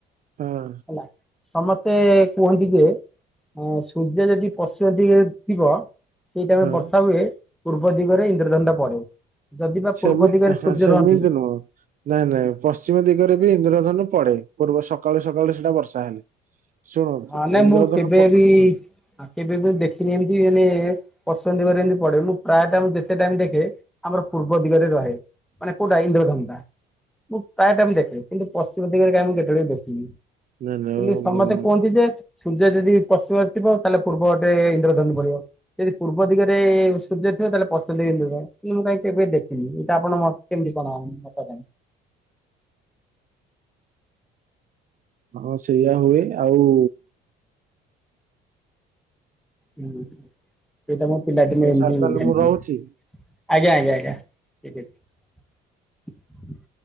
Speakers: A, on the right; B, in the centre.
A: ହଁ।
B: ହେଲା ସମସ୍ତେ କୁହନ୍ତି ଯେ ସୂର୍ଯ୍ୟ ଯଦି ପଶ୍ଚିମଦିଗରେ ଥିବ ସେଇଟାଇମରେ
A: ହଁ
B: ବର୍ଷା ହୁଏ ପୂର୍ବଦିଗରେ ଇନ୍ଦ୍ରଧନଟା ପଡେ। ଯଦି ବା
A: ସେମତି
B: ପୂର୍ବ ଦିଗରେ
A: ହ
B: ସୂର୍ଯ୍ୟ
A: ସେମିତି
B: ରହନ୍ତି
A: ନୁହଁ। ନାଇଁ ନାଇଁ ପଶ୍ଚିମ ଦିଗରେ ବି ଇନ୍ଦ୍ରଧନୁ ପଡେ ପୂର୍ବ ସକାଳୁ ସକାଳୁ ସେଟା ବର୍ଷା ହେଲେ। ଶୁଣନ୍ତୁ
B: ହଁ ନାଇଁ
A: ଇନ୍ଦ୍ରଧନୁ
B: ମୁଁ କେବେବ
A: ପ- ହଁ,
B: କେବେ ବି ଦେଖିନି ଏମତି ମେ ପଶ୍ଚିମ ଦିଗରେ ଏମିତି ପଡେ ମୁଁ ପ୍ରାୟ ଟମ ଯେତେ ଟାଇମ ଦେଖେ ଆମର ପୂର୍ବ ଦିଗରେ ରହେ। ମାନେ କୋଉଟା ଇନ୍ଦ୍ରଧନୁଟା ମୁଁ ପ୍ରାୟ ଟାଇମ ଦେଖେ କିନ୍ତୁ ପଶ୍ଚିମ ଦିଗରେ କାଁଇ ମୁଁ କେତେବେଳେ ବି ଦେଖିନି।
A: <unintelligible>
B: କିନ୍ତୁ ସମସ୍ତେ କୁହନ୍ତି ଯେ ସୂର୍ଯ୍ୟ ଯଦି ପଶ୍ଚିମ ଥିବ ତାହେଲେ ପୂର୍ବ ପଟେ ଇନ୍ଦ୍ରଧନୁ ପଡିବ ଯଦି ପୂର୍ବ ଦିଗରେ ସୂର୍ଯ୍ୟ ଥିବ ତାହେଲେ ପଶ୍ଚିମ ଦିଗ ଇ ମୁଁ କାଇଁ କେବେ ଦେଖିନି ଏଇଟା ଆପଣ ମ କେମିତି କଣନ ମ କ
A: <inaudible> ହଁ ସେଇଆ ହୁଏ ଆଉ
B: ହୁଁ ସେଇଟା ମୋ ପିଲାଦିନେ
A: ହଉ
B: ଏମିତି
A: ସାର୍ ତାହେଲେ
B: ଜାଣିଛି।
A: ମୁଁ ରହୁଛି
B: ଆଜ୍ଞା ଆଜ୍ଞା ଆଜ୍ଞା ଠିକ ଅଛି।